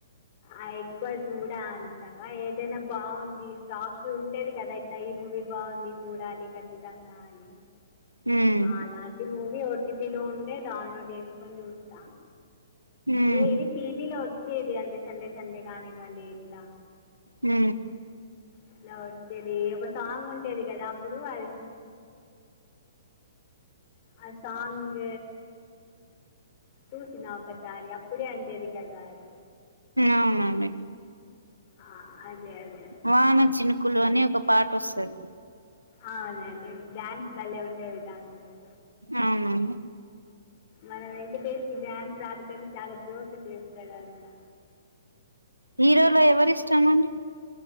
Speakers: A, on the left (about 40°); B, on the right (about 85°).
A: ఆ ఎక్కువ చూడ అంతగ ఏదైనా బాగుంది టాక్ ఉంటది కదా లా ఈ మూవీ బాగుంది చూడాలి ఖచ్చితంగా అని
B: హ్మ్
A: అలాంటి మూవీ ఓటీటి లో ఉంటే డౌన్లోడ్ చేసుకొని చూస్తా
B: హ్మ్
A: లేది టీవీలో వచ్చేది అంటే సండే సండే కానివ్వండి ఇట్లా
B: ఊ
A: ఇట్ల వచ్చేది ఒక సాంగ్ ఉంటది కదా అప్పుడు అది ఆ సాంగ్ చూసినా ఒకసారి అప్పుడే అండేది కదా అది
B: అవునండి
A: ఆ అదే అదే
B: వాన చినుకులు అని ఒక పాట వస్తది
A: అవునండి డ్యాన్స్ బలే ఉంటది దాని మీద
B: అవును
A: మన వెంకటేష్కి డ్యాన్స్ రాదు కానీ చాలా జోష్ గా చేస్తాడు అందులా
B: హీరోలో ఎవరి ఇష్టమండి